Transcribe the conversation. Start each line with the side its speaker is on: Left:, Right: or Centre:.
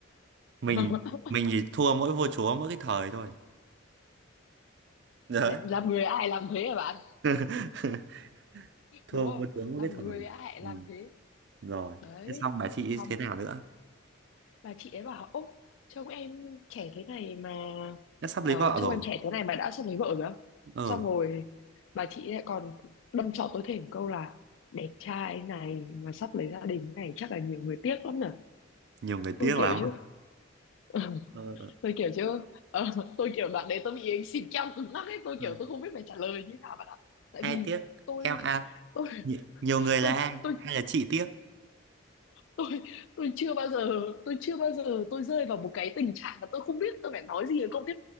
Right: mình
Left: <laughs>
Right: mình thì thua mỗi vua chúa mỗi cái thời thôi đấy
Left: làm người ai làm thế hả bạn
Right: <laughs> thua
Left: đúng không
Right: vua chúa mỗi
Left: làm
Right: cái
Left: người
Right: thời
Left: ai làm
Right: ừ.
Left: thế
Right: rồi
Left: đấy
Right: thế xong bà chị
Left: xong
Right: thế nào nữa
Left: và chị ấy bảo ô trông em trẻ thế này mà
Right: chắc sắp lấy
Left: ờ,
Right: vợ
Left: trông
Right: rồi
Left: em trẻ thế này mà đã xong lấy vợ rồi á?"
Right: ờ
Left: xong rồi bà chị lại còn đâm chọc tôi thêm một câu là đẹp trai này mà sắp lấy gia đình này chắc là nhiều người tiếc lắm nhỉ
Right: nhiều người
Left: tôi
Right: tiếc
Left: kiểu
Right: lắm
Left: chứ <laughs>
Right: ờ,
Left: tôi kiểu chứ ờ, tôi kiểu đoạn đấy tôi bị anh xịt keo cứng ngắc ấy tôi
Right: ờ.
Left: kiểu tôi không biết phải trả lời như thế nào bạn ạ tại
Right: ai
Left: vì
Right: tiếc
Left: tôi
Right: em à
Left: tôi
Right: nhi- nhiều người là
Left: tôi
Right: ai
Left: tôi
Right: hay là chị tiếc
Left: tôi tôi chưa bao giờ tôi chưa bao giờ tôi rơi vào một cái tình trạng mà tôi không biết tôi phải nói gì ở câu tiếp